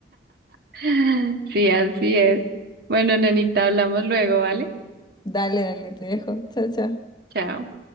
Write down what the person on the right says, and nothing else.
<laughs> Sí, así es. Bueno, nenita, hablamos luego, ¿vale?
Chao.